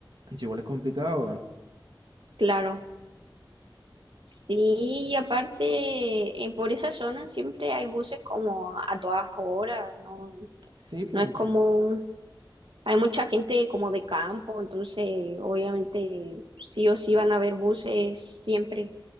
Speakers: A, on the right; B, on the right.
A: Es Igual es complicado, weón.
B: claro. Sí, y aparte, eh, por esa zona siempre hay buses como a todas horas, no,
A: Sí, pues.
B: no es como, hay mucha gente como de campo, entonces obviamente sí o sí van a haber buses siempre.